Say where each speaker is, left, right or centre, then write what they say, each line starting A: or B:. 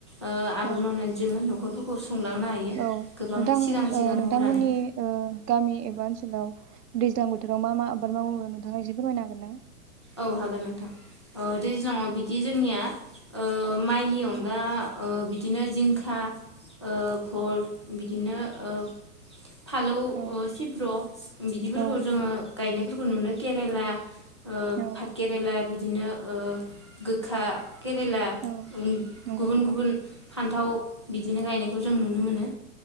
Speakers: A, on the left; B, on the right.
A: ओ
B: औ
A: आबाद मावनानै जोङो <unintelligible> हायो
B: औ
A: गोबां
B: नोथां
A: सिगां सिगां
B: ओ नोंथांमोननि
A: मावनानै
B: ओ गामि एबा ओनसोलाव दैज्लां बोथोराव मा मा आबाद मावयो? नोंथाङा एसे फोरमायनो हागोन ना?
A: औ हागोन नोंथां। ओ दैज्लाङाव बिदि जोंनिया ओ माइनि अनगा ओ बिदिनो जिंखा ओ फल बिदिनो ओ फालौ ओ
B: औ
A: सिब्र' बिदिफोरखौ
B: औ
A: जोङो गायनायफोरखु नुनो केरेला
B: औ
A: फा केरेला बि दिनो ओ गोखा केरेला
B: औ
A: उं
B: नंगौ
A: गुबुन
B: नोंथां
A: गुबुन फान्थाव बिदिनो गायनायखौ जों नुनो मोनो।